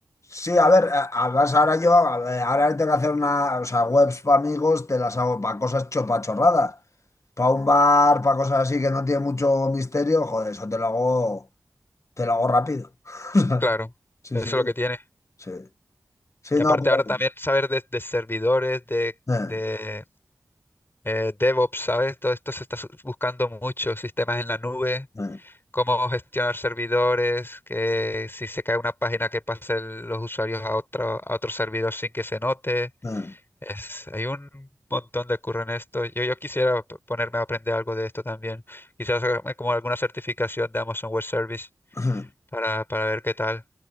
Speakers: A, on the left; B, on the left.
A: Sí, a ver, a- además ahora yo, a ver, ahora tengo que hacer una, o sea, webs para amigos, te las hago para cosas chopachorradas, para un bar, para cosas así que no tiene mucho misterio, joder, eso te lo hago, te lo hago rápido. <laughs>
B: Claro,
A: Sí,
B: eso
A: sí,
B: es lo que tiene.
A: sí. Sí,
B: Y aparte
A: no, pero...
B: ahora también saber de, de servidores, de,
A: eh,
B: de eh, DevOps, ¿sabes? Todo esto se está su- buscando mucho, sistemas en la nube,
A: eh,
B: cómo gestionar servidores, que si se cae una página que pase el- los usuarios a otro, a otro servidor sin que se note.
A: eh.
B: Es, hay un montón de curro en esto. Yo, yo quisiera p- ponerme a aprender algo de esto también. Quizás hacerme como alguna certificación de Amazon Web Service
A: <clears throat>
B: para, para ver qué tal,